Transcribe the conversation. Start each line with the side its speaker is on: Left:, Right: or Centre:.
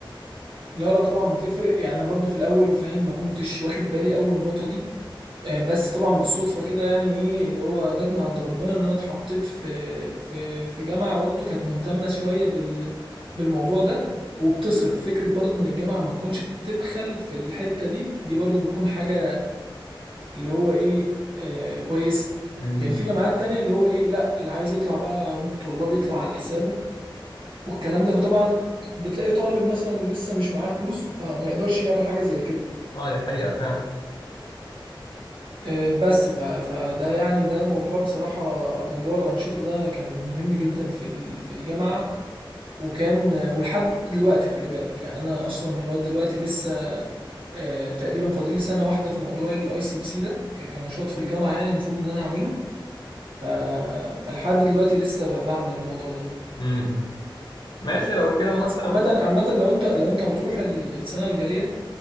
Right: لا لا طبعا بتفرق يعني أنا برضو في الاول فاهم ما كنتش واخد بالي قوي من النقطه دي آه، بس طبعا بالصدفه كده يعني ايه اللي هو جت من عند ربنا ان انا اتحطيت في في في جامعه برضو كانت مهتمه شويه بال بالموضوع ده وبتصرف فكره برضو ان الجامعه ما تكونش بتبخل في الحته دي دي برضو بتكون حاجه اللي هو ايه آه كويسه
Left: امم
Right: يعني في جامعات تانية اللي هو ايه لا اللي عايز يطلع بقى من الطلاب يطلع على حسابه والكلام ده فطبعا بتلاقي طالب مثلا لسه مش معاه فلوس فما يقدرش يعمل حاجه زي كده
Left: اه دي حقيقة فعلا
Right: آه، بس ف... فده يعني ده موضوع بصراحة موضوع الأنشطة ده كان مهم جدا في ال... في الجامعة وكان آه، ولحد دلوقتي خلي بالك يعني أنا أصلا لغاية دلوقتي لسه آه، تقريبا فاضل لي سنة واحدة في موضوع الأي سي بي سي ده ك... كنشاط في الجامعة يعني المفروض إن أنا أعمله ف... فلحد دلوقتي لسه ب- بعمل الموضوع ده
Left: امم ماشي لو كده
Right: بس
Left: مثلا
Right: عامة عامة لو أنت لو أنت هتروح ال- السنة الجاية